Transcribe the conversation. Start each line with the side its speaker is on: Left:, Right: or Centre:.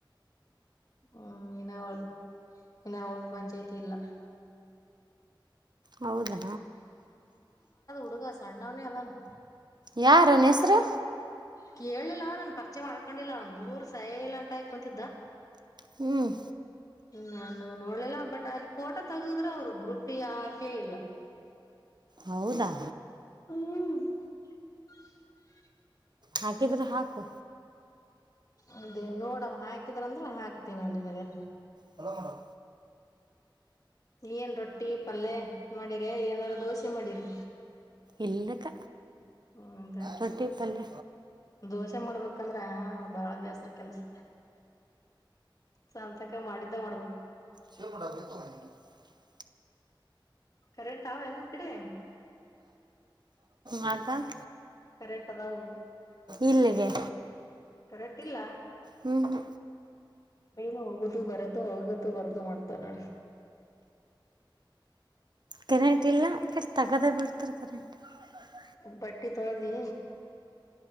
Left: ಹ್ಮ್ ಇನ್ನ ಅವಳ್ದ ಇನ್ನು ಅವಳ್ದು ಪಂಚಾಯ್ತಿ ಇಲ್ಲ
Right: ಹೌದಾ
Left: ಕೊಡುಗ ಸಣ್ಣ ಒನ ಅವ <unintelligible>
Right: ಯಾರ ಹೆಸರು
Left: ಕೇಳಲಿಲ್ಲ ನಾನನ್ ಪರಿಚೆ ಮಾಡ್ಕೊಂಡಿಲ್ಲ ದೂರ ಸೈಲ್ ಅಂಟ ಕುಂತಿದ್ದ.
Right: ಹ್ಮ್
Left: ನಾನು ನೋಡ್ಲಿಲ್ಲ ಬಟ್ ಅಲ್ಲಿ ಫೋಟೋ ತಗಿದ್ರರು ಅವರು ಗ್ರೂಪಿಗೆ ಯಾಕೆ ಇಲ್ಲ.
Right: ಹೌದಾ
Left: ಹ್ಮ್. <inaudible>
Right: ಹಾಕಿದ್ರೆ ಹಾಕು
Left: ಅದೇ ನೋಡವ ಹಾಕಿದ್ರಂದ್ರ ಹಾಕ್ತೀನ ನಿನಗೆ
Right: ಹಲೋ ಹಣ <inaudible>
Left: ಏನ್ ರೊಟ್ಟಿ ಪಲ್ಲೆ ಮಾಡಿರಿ ಏನಾರೂ ದೋಸೆ ಮಾಡಿರಿ.
Right: ಇಲ್ಲಕ್ಕ
Left: ಹ್ಮದೇ
Right: ರೊಟ್ಟಿ ಪಲ್ಯ
Left: ದೋಸೆ ಮಾಡ್ಬೇಕಂದ್ರ ಬಾಳ ಬೇಸ್ರ ಕೆಲಸ ಸ ಅಂತಕ ಮಾಡಿದ್ದ ಮಾಡ್ಬೇಕು
Right: ಶ ಮಡತ. <inaudible>
Left: ಕರೆಂಟ್ ಆ ನಿನ್ ಕಡಿ
Right: ಹಾಕ <inaudible>
Left: ಕರೆಕ್ಟ್ ಅದವು
Right: ಇಲ್ಲಿಗೆ
Left: ಕರೆಕ್ಟ್ ಇಲ್ಲ
Right: ಹ್ಮ್ ಹ್ಮ.
Left: ನು ಹೋಗದು ಬರದು ಹೊಗದು ಬರ್ದು ಮಾಡ್ತನ್ ನೋಡಿ
Right: ಕರೆಂಟ್ ಇಲ್ಲ ಅಕಡೆ ತಗದ ಬಿಡ್ತಾರೆ ಕರೆಂಟ್. <unintelligible>
Left: ಬಟ್ಟಿ ತೊಳದಿ